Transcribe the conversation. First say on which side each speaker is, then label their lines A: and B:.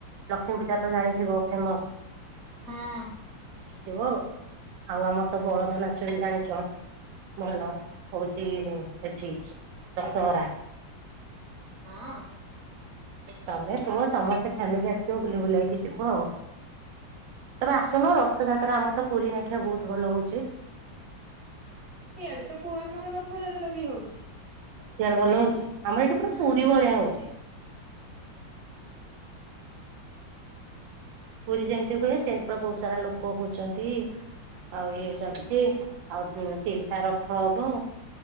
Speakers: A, on the right (about 80°); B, on the right (about 45°).
A: ଲକ୍ଷ୍ମୀପୂଜା ତ ଜାଣିଥିବ ଫେମସ।
B: ହଁ।
A: ଆସିବ ଆଉ ଆମର ତ ବଳଦ ନାଚ ବି ଜାଣିଛ। ଭଲ ହଉଛି ସେଠି ଦଶହରା।
B: ହଁ।
A: ତମେ କୁହ ତମର ତ ଫ୍ୟାମିଲି ଆସିବ ବୁଲି ବୁଲା ହେଇକି ଯିବ ଆଉ। ତମେ ଆସୁନ ରଥଯାତ୍ରା ଆମର ତ ପୁରୀ ନାଖିଆ ବହୁତ ଭଲ ହଉଛି।
B: ଏଇଆଡେ ତ ପୁଅ ଆମର ରଥଯାତ୍ରା ବି ହଉଛି।
A: ସିଆଡ଼େ ଭଲ ହଉଛି ଆମର ଏଇଠି ପୁରା
B: ହୁଁ
A: ପୁରୀ ଭଳିଆ ହଉଛି। ପୁରୀ ଯେମିତି ହୁଏ ସେମିତି ବହୁତ ସାରା ଲୋକ ହଉଛନ୍ତି। ଆଉ ଇଏ ଚାଲିଛି ଆଉ ତିନିଟା ରଥ ହବ।